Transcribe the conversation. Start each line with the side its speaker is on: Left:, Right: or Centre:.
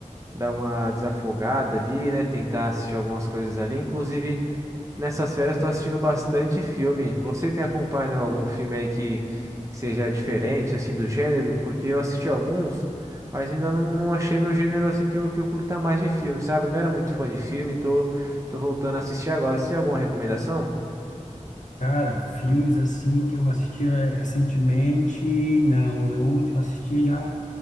Right: dar uma desafogada ali, né? Tentar assistir algumas coisas ali. Inclusive, nessas férias, tô assistindo bastante filme. Você tem acompanhado algum filme aí que, que seja diferente, assim, do gênero? Porque eu assisti alguns, mas ainda não, não achei meu gênero, assim, que eu, que eu curta mais de filme, sabe? Não era muito fã de filme, tô, tô voltando a assistir agora. Você tem alguma recomendação?
Left: Cara, filmes assim que eu assistia eh, recentemente, não, eu assisti já